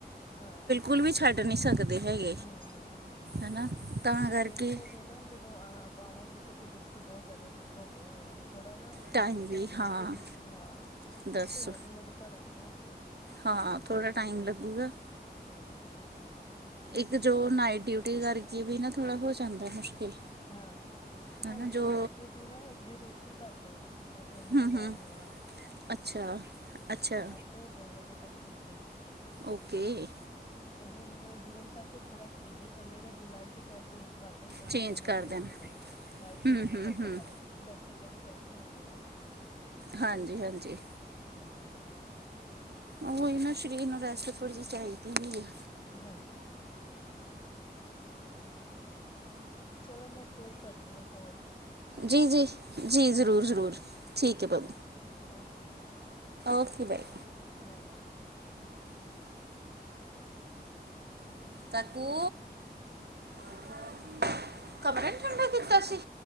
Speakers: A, on the left; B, on the right.
A: ਹਾਂ।
B: ਔਨੂੰ ਵੀ ਛੱਡ ਨੀ ਸਕਦੇ ਹੈਗੇ।
A: ਹਮ,
B: ਹਨਾ ਤਾਂ
A: ਤੁਸੀਂ
B: ਕਰਕੇ
A: ਦੇਖੋਗੇ ਨਾ ਜਦੋ ਆਪਾ ਆਵਾਗੇ ਤੁਸੀ ਦੇਖਿਓ ਬੋਤ ਜਾਦਾ ਵੀਕ ਹੋ ਗੇ ਹੋਏ ਆ ਥੋੜਾ ਨਾ ਜ
B: ਟਾਈਮ
A: ਪਿੱਛੇ
B: ਵੀ
A: ਤਾਂ ਬਿਲਕੁਲ
B: ਹਾਂ
A: ਈ ਸੀ। ਹਾਂ
B: ਦੱਸ
A: ਤੇ ਹੌਲੀ ਹੌਲੀ ਭਰਨਗੇ ਹੁਣ ਤੇ
B: ਹਾਂ ਥੋੜ੍ਹਾ ਟਾਈਮ ਲੱਗੁਗਾ।
A: ਹਮ।
B: ਇੱਕ ਜੋ ਨਾਈਟ ਡਿਊਟੀ ਕਰਕੇ ਵੀ ਨਾ ਥੋੜਾ ਹੋ ਜਾਂਦੈ ਮੁਸ਼ਕਿਲ
A: ਹਾਂ ਅ
B: ਹਨਾ
A: ਹਲੇ ਤੇ
B: ਜੋ
A: ਨਾਈਟ ਡਿਊਟੀ ਨਾ ਡਿਉਰੇਸ਼ਨ ਘੱਟ ਐ ਔਹਦੀ ਜਿਦਾਂ ਤਿੰਨ
B: ਹੂੰ
A: ਤੋਂ ਬਾਰਾਂ
B: ਹੂੰ
A: ਵੈ
B: ਅੱਛਾ - ਅੱਛਾ।
A: ਤੇ ਦੋ ਵਜੇ ਤੱਕ ਦੀ ਸੀ।
B: ਔਕੇ।
A: ਤੇ ਹੁਨ ਜੂਨ ਤੱਕ ਥੋੜਾ ਏਦਾਂ ਈ ਚੱਲੇਗਾ ਜੁਲਾਈ ਤੋ ਸ਼ਾਇਦ ਚੇਂਜ ਕਰ ਦੇਣ ਔਹੀ
B: ਚੇਂਜ
A: ਨੋਮਲ
B: ਕਰ
A: ਟਾਈਮ
B: ਦੇਣਾ
A: ਆ ਜਾਏ, ਨਾਈਟ ਸ਼ਿਫਟ
B: ਹੂੰ ਹੂੰ
A: ਪ੍ਰੋਪਰ
B: ਹੂੰ
A: ਲੱਗ ਜੇ ਕਿਉਂਕਿ ਡੋਕ ਇਕ ਵਾਰੀ ਰੈਸਟ ਮਿਲ ਜੇਗੀ ਇੰਨਾਂ ਨੂੰ
B: ਹਾਂਜੀ-ਹਾਂਜੀ।
A: ਹਮ
B: ਔਈ ਨਾ ਸ਼ਰੀਰ ਨੂੰ ਰੈਸਟ ਥੋੜੀ ਜੀ ਚਾਈਦੀ ਹੀ ਐ।
A: ਹਾਂਜੀ। ਚਲੋ ਮੈਂ ਫੇਰ ਕਰਦੀ ਆ ਕੋਲ। ਠੀਕ
B: ਜੀ-ਜੀ,
A: ਹੈ
B: ਜੀ ਜ਼ਰੂਰ-
A: ਹਮ
B: ਜ਼ਰੂਰ, ਠੀਕ ਐ ਭਾ
A: ਓਕੇ
B: ਔਕੇ ਬਾਏ।
A: ਬਾਏ।
B: ਕਾਕੂ, ਹਾਂਜੀ, ਕਮਰਾ ਨੀ ਠੰਡਾ ਕੀਤਾ ਸੀ?